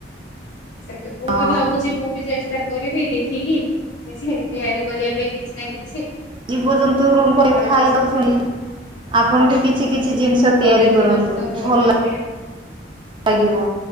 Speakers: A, on the left (about 80°); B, on the right (about 25°).
A: ସେମିତି ମୁଁ
B: ହଁ
A: ବି ଭାବୁଛି ମୁଁ ବିି ଚେଷ୍ଟ ଟା କରିବି ଦେଖିକି କିଛି ତିଆରି କରିବା ପାଇଁ କିଛି ନା କିଛି
B: ଜୀବଜନ୍ତୁ ର
A: ଘରେ
B: ଖାଇ
A: ବସିକି
B: ଦଉଛନ୍ତି। ଆପଣ ବି କିଛି କିଛି ଜିନିଷ
A: ଭଲ
B: ତିଆରି
A: ଲାଗିବ
B: କରନ୍ତୁ
A: ସେ ସବୁ କରିବା
B: ଭଲ ଲା
A: ପାଇଁ ଆଉ।
B: ଲାଗିବ